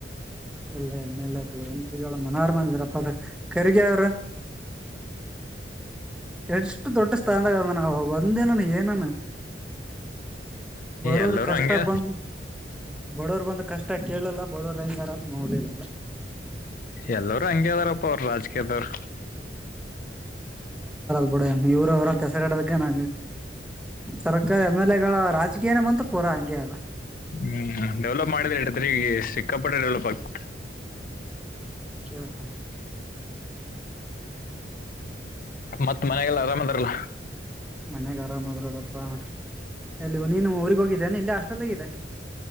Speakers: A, in the centre; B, on the left (about 50°).
A: ಎಲ್ಲ ಎಮ್ಮೆಲೆಳ ಮನೋರ ಬಂದರ ಕದ ರ್ಗೆ ಅವ್ರ ಎಷ್ಟು ದೊಡ್ಡ ಸ್ಥಾನದಾಗ ಅದ ನಾವವುಬ ಅಂದನ ಏನ ಬಡವರು
B: ಎಲ್ಲರೂ
A: ಕಷ್ಟ
B: ಹಂಗೆ
A: ಬಂದ ಬಡವರು ಬಂದ ಕಷ್ಟ ಕೇಳಲ್ಲ ಬಡವರಾರ ನೋಡಿಲ್ಲ
B: ಎಲ್ಲರೂ ಹಂಗಗೆದಾರಪ್ಪ ಅವ್ರ ರಾಜಕೀಯದವರು
A: ಡ ಇವ್ರರು ಅವ್ರ ಹೆಸಗಡದ ನ ಸರ್ಕಾರ ಎಮ್ ಎಲ್ ಎಗಳ ರಾಜಕೀಯನೇ ಬಂತು ಪೂರಾ ಹಂಗೆ ಅದ
B: ಹ್ಮ್ ಡೆವಲಪ್ ಮಾಡಿದ್ರಿ ಇದ್ರೀ ಈಗ ಸಿಕ್ಕಾಪಟ್ಟೆ ಡೆವಲಪ್ ಆಗ್ತ
A: ಕೇಳ್ತಾನ
B: ಮತ್ತ್ ಮನೆಗೆಲ್ಲ ಆರಾಮದಾರಲ್ಲ
A: ಮನ್ಯಗೆ ಆರಾಮ್ ಆದದ್ರೊಡ ಹಾ ಎಲ್ಲಿ ನೀನು ಊರಿಗೆ ಹೋಗಿದ್ದೇನೆ ಇಲ್ಲ ಅಷ್ಟಲ್ಲಿದೆ